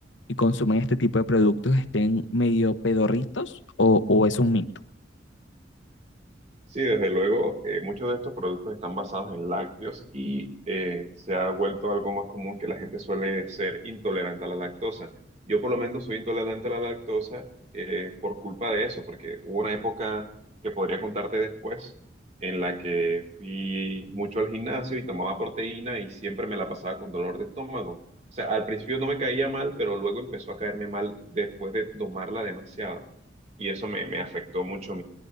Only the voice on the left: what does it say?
y consumen este tipo de productos estén medio pedorritos o, o es un mito?